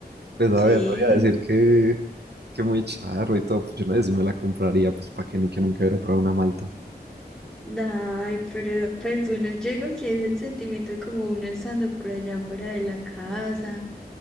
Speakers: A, on the right; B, in the centre.
A: Pues
B: Sí,
A: a ver, no voy a decir que, que muy charro y todo, pues yo no sé si me la compraría, pues para que ni que nunca hubiera probado una malta.
B: ay, pero pues uno, yo digo que es el sentimiento como uno estando por allá fuera de la casa,